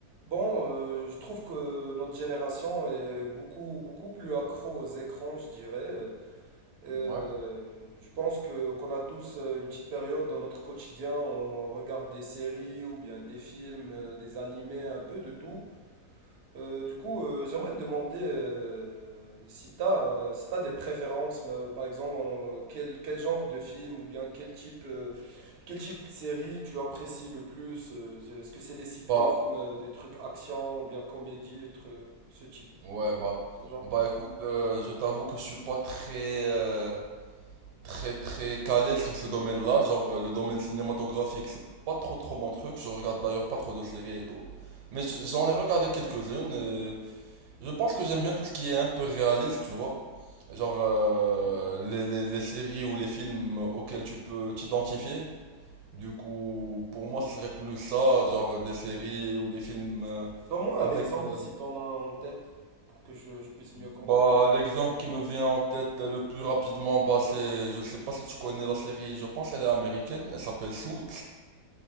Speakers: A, on the right (about 60°); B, on the right (about 80°).
A: Bon, euh, je trouve que notre génération est beaucoup, beaucoup plus accro aux écrans, je dirais. Euh,
B: Ouais.
A: je pense que qu'on a tous euh, une petite période dans notre quotidien, on regarde des séries ou bien des films, euh, des animés, un peu de tout. Euh, du coup, euh, j'aimerais te demander euh, si tu as, si t'as des préférences, mais, euh, par exemple, en- quel, quel genre de film ou bien quel type euh, quel type de série tu apprécies le plus? euh, c'est- Est-ce que c'est des sitcoms,
B: Bah,
A: euh, des trucs action ou bien comédie, tru- ce type,
B: ouais, bah.
A: ce genre?
B: Bah écoute, euh, je t'avoue que je suis pas très, euh, très, très calé sur ce domaine-là. Genre, euh, le domaine cinématographique, c'est pas trop, trop mon truc. Je regarde d'ailleurs pas trop de séries et tout. Mais j- j'en ai regardé quelques-unes et je pense que j'aime bien tout ce qui est un peu réaliste, tu vois. Genre, euh, les, les, les séries ou les films auxquels tu peux t'identifier. Du coup, pour moi, ce serait plus ça, genre des séries ou des films euh,
A: Donne-moi
B: avec...
A: un exemple
B: euh,
A: si t'en as un en tête pour que je, je puisse mieux comprendre.
B: Bah, l'exemple qui me vient en tête euh, le plus rapidement, bah, c'est, je sais pas si tu connais la série, je pense elle est américaine, elle s'appelle Suits.